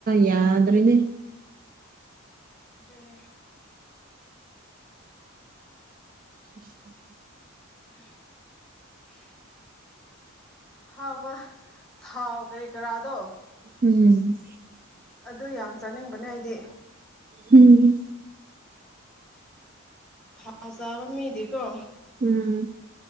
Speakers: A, on the right; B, in the centre.
A: ꯌꯥꯗ꯭ꯔꯦꯅꯦ
B: ꯗꯨꯅꯦ
A: <inaudible>
B: <inaudible> ꯍꯥꯎꯕ ꯊꯥꯎ ꯀꯔꯤ ꯀꯥꯔꯥꯗꯣ
A: ꯎꯝ
B: ꯑꯗꯨ ꯌꯥꯝ ꯆꯥꯅꯤꯡꯕꯅꯦ ꯑꯩꯗꯤ
A: ꯎꯝ
B: ꯊꯥꯎ ꯆꯥꯕ ꯃꯤꯗꯤꯀꯣ
A: ꯎꯝ